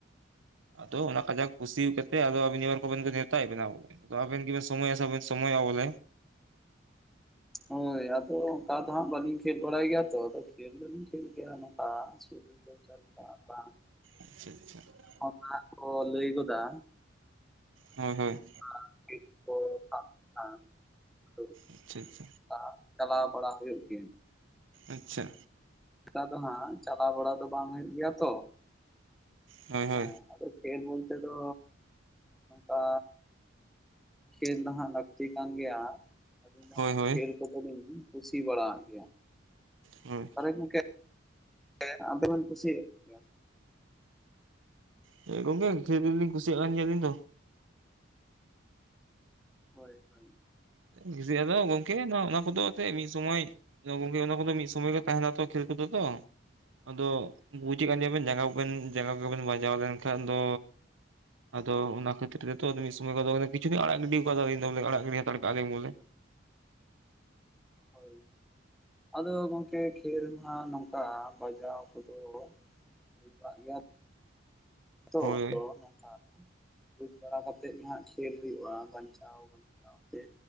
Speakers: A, on the right; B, in the centre.
A: ᱟᱫᱚ ᱚᱱᱟ ᱠᱟᱡᱟᱠ ᱠᱩᱥᱤ ᱠᱟᱛᱮᱜ ᱟᱫᱚ ᱟᱵᱤᱱ <unintelligible> ᱱᱮᱣᱛᱟᱭᱮᱜ ᱵᱮᱱᱟ ᱵᱚᱞᱮ᱾ ᱛᱚ ᱟᱵᱮᱱ ᱜᱮᱵᱮᱱ ᱥᱚᱢᱚᱭᱚᱜᱼᱟ ᱵᱟᱵᱮᱱ ᱥᱚᱢᱚᱭᱚᱜᱼᱟ ᱵᱚᱞᱮ᱾
B: ᱦᱳᱭ ᱟᱫᱚ ᱚᱝᱠᱟ ᱫᱚ ᱦᱟᱸᱜ ᱵᱟᱞᱤᱧ ᱠᱷᱮᱞ ᱵᱟᱲᱟᱭ ᱜᱮᱭᱟ ᱛᱚ ᱟᱫᱚ ᱠᱷᱮᱞ ᱫᱚᱞᱤᱧ ᱠᱷᱮᱞ ᱜᱮᱭᱟ ᱱᱚᱝᱠᱟ <inaudible>
A: ᱟᱪᱪᱷᱟ ᱟᱪᱪᱷᱟ ᱦᱳᱭ
B: ᱚᱱᱟ ᱠᱚ ᱞᱟᱹᱭ ᱜᱚᱫᱟ
A: ᱦᱳᱭ ᱦᱳᱭ
B: <inaudible>
A: ᱟᱪᱪᱷᱟ ᱟᱪᱪᱷᱟ
B: <inaudible> ᱪᱟᱞᱟᱣ ᱵᱟᱲᱟ ᱦᱩᱭᱩᱜ ᱜᱮᱭᱟ᱾
A: ᱟᱪᱪᱷᱟ
B: ᱱᱮᱛᱟᱨ ᱫᱚ ᱦᱟᱸᱜ ᱪᱟᱞᱟᱣ ᱵᱟᱲᱟ ᱫᱚ ᱵᱟᱝ ᱦᱩᱭᱩᱜ ᱜᱮᱭᱟ ᱛᱚ᱾
A: ᱦᱳᱭ ᱦᱳᱭ
B: ᱦᱮᱸ ᱟᱫᱚ ᱠᱷᱮᱞ ᱵᱚᱞᱛᱮ ᱫᱚ ᱠᱟ ᱠᱷᱹᱮᱞ ᱫᱚᱦᱟᱸᱜ ᱞᱟᱹᱠᱛᱤ ᱠᱟᱱ ᱜᱮᱭᱟ, <inaudible>
A: ᱦᱳᱭ ᱦᱳᱭ
B: ᱠᱷᱮᱞ ᱠᱚᱫᱚᱞᱤᱧ ᱠᱩᱥᱤ ᱵᱟᱲᱟᱣᱟᱜ ᱜᱮᱭᱟ᱾
A: ᱦᱳᱭ
B: ᱛᱟᱦᱞᱮ ᱜᱚᱝᱠᱮ ᱠᱷᱮᱞ <unintelligible> ᱠᱩᱥᱤᱭᱟᱜ ᱜᱮᱭᱟ
A: ᱦᱮᱸ ᱜᱚᱝᱠᱮ ᱠᱷᱮᱞ ᱠᱚᱫᱚ ᱞᱤᱧ ᱠᱩᱥᱤᱭᱟᱜ ᱠᱟᱱ ᱜᱮᱭᱟ ᱟᱞᱤᱧ ᱫᱚ᱾
B: ᱦᱳᱭ ᱦᱳᱭ᱾
A: ᱠᱩᱥᱤᱭᱟᱜᱼᱟ ᱟᱫᱚ ᱜᱚᱝᱠᱮ ᱱᱚᱣᱟ ᱚᱱᱟ ᱠᱚᱫᱚ ᱥᱮ ᱢᱤᱜ ᱥᱚᱢᱚᱭ᱾ ᱟᱫᱚ ᱜᱚᱝᱠᱮ ᱚᱱᱟ ᱠᱚᱫᱚ ᱢᱤᱫ ᱥᱚᱢᱚᱭ ᱜᱮ ᱛᱟᱦᱮᱱᱟ ᱛᱚ ᱠᱷᱮᱞ ᱠᱚᱫᱚ ᱛᱚ᱾ ᱟᱫᱚ ᱵᱩᱡᱮᱜ ᱠᱟᱱ ᱜᱮᱭᱟ ᱵᱮᱱ ᱡᱟᱸᱜᱟ ᱠᱚᱵᱮᱱ ᱡᱟᱸᱜᱟ ᱠᱚᱵᱮᱱ ᱵᱟᱡᱟᱣ ᱞᱮᱱᱠᱷᱟᱱ ᱫᱚ ᱟᱫᱚ ᱚᱱᱟ ᱠᱷᱟᱹᱛᱤᱨ ᱛᱮ ᱛᱚ ᱢᱤᱫ ᱥᱚᱢᱚᱭ ᱠᱚᱫᱚ ᱠᱤᱪᱷᱩ ᱫᱤᱧ ᱟᱲᱟᱜ ᱜᱤᱰᱤᱣ ᱠᱟᱫᱟᱞᱤᱧ ᱫᱚ ᱵᱚᱞᱮ ᱟᱲᱟᱜ ᱜᱤᱰᱤ ᱦᱟᱛᱟᱲ ᱠᱟᱜ ᱞᱤᱧ ᱵᱚᱞᱮ᱾
B: ᱦᱳᱭ᱾ ᱟᱫᱚ ᱜᱚᱝᱠᱮ ᱠᱷᱮᱞ ᱢᱟ ᱱᱚᱝᱠᱟ ᱵᱟᱡᱟᱣ ᱠᱚᱫᱚ ᱦᱳᱭ ᱵᱟᱲᱟᱜ ᱜᱮᱭᱟ᱾ ᱟᱫᱚ
A: ᱦᱳᱭ
B: ᱛᱚ ᱱᱚᱝᱠᱟ᱾ ᱵᱩᱡᱽ ᱵᱟᱲᱟ ᱠᱟᱛᱮᱫ ᱜᱮ ᱦᱟᱸᱜ ᱠᱷᱮᱞ ᱦᱩᱭᱩᱜᱼᱟ ᱵᱟᱧᱪᱟᱣ ᱵᱟᱧᱪᱣ ᱛᱮ᱾